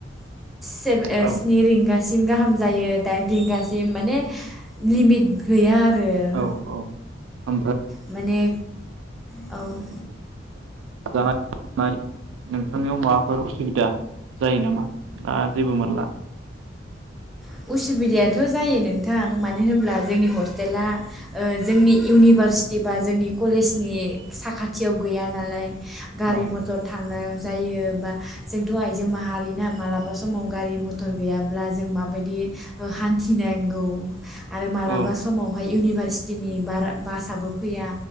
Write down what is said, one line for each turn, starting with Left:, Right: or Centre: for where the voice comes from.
Centre: सेभ ओ
Right: औ
Centre: स्नि रिंगा गाहामसिम जायो डाइन रिंगासिम माने लिमिट गैया आरो
Right: औ औ <unintelligible>
Centre: माने औ
Right: जानाय थानाय नोंथांनियाव माबाफोर उसुबिदा जायो नामा ना जेबो मोनला?
Centre: उस उसु बिदायाथ' जायो नोंथां। मानो होनोब्ला जोंनि हस्टेला जोंनि इउनिभारसिटि बा जोंनि कलेजनि साखाथियाव गैया नालाय गारि
Right: औ
Centre: मथर थांनायाव जायोबा जोंथ' आइजों माहारिना मालाबा समाव गारि मथर गैयाब्ला जों मा बायदि हान्थिनांगौ आरो मालाबा
Right: औ
Centre: समावहाय इउनिभारसिटिनि बारा बासाबो फैया।